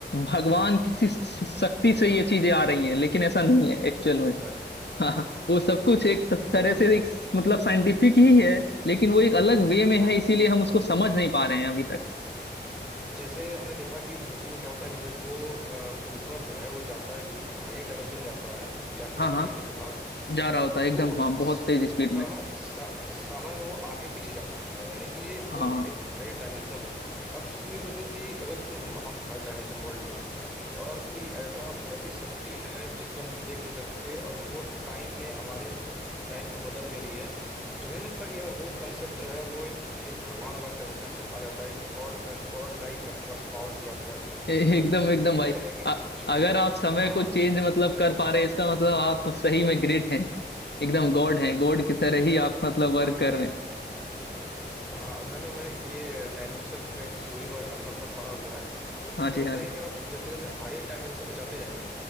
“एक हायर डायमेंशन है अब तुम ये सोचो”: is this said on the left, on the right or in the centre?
Centre